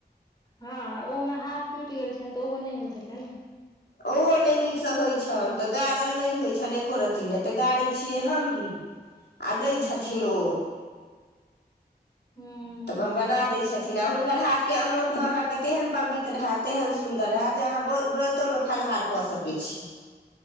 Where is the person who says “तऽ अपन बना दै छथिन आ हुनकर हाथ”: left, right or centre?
Left